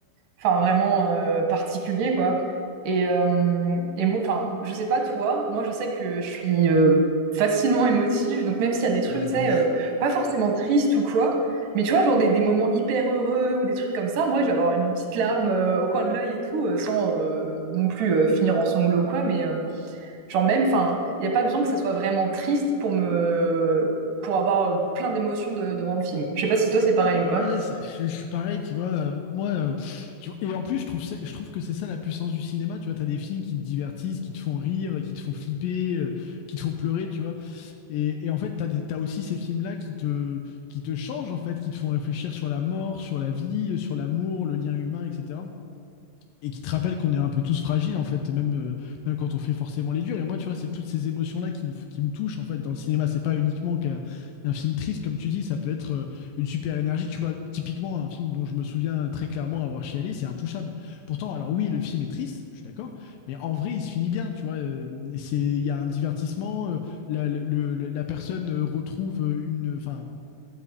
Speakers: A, on the right (about 60°); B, on the left (about 80°).
A: enfin vraiment euh, particulier quoi. Et, euh, et moi, enfin, je sais pas toi, moi je sais que je suis euh, facilement émotive, donc même s'il y a des trucs,
B: Ouais,
A: tu
B: de
A: sais,
B: ouf.
A: euh, pas forcément tristes ou quoi, mais tu vois, genre des, des moments hyper heureux ou des trucs comme ça, moi je vais avoir une petite larme euh, au coin de l'œil et tout, euh, sans euh, non plus euh, finir en sanglots ou quoi, mais euh, genre même, enfin, il n'y a pas besoin que ça soit vraiment triste pour me pour avoir euh, plein d'émotions de- devant le film. Je sais pas si toi c'est pareil ou
B: Ouais,
A: pas.
B: c'est- je je suis pareil, tu vois. euh, Moi, euh, tu vois, et en plus, je trouve ça, je trouve que c'est ça la puissance du cinéma. Tu vois, t'as des films qui te divertissent, qui te font rire, qui te font flipper, euh, qui te font pleurer, tu vois. Et, et en fait, t'as des, t'as aussi ces films-là qui te, qui te changent, en fait, qui te font réfléchir sur la mort, sur la vie, euh, sur l'amour, le lien humain, etc. et qui te rappelle qu'on est un peu tous fragiles en fait même euh, même quand on fait forcément les durs et moi tu vois c'est toutes ces émotions là qui me f- qui me touchent en fait dans le cinéma c'est pas uniquement qu'un un film triste comme tu dis ça peut être euh, une super énergie tu vois typiquement un film dont je me souviens très clairement avoir chialé c'est Intouchable pourtant alors oui le film est triste je suis d'accord mais en vrai il se finit bien tu vois euh, et c'est il y a un divertissement euh, la, le- le- la personne euh, retrouve euh, une enfin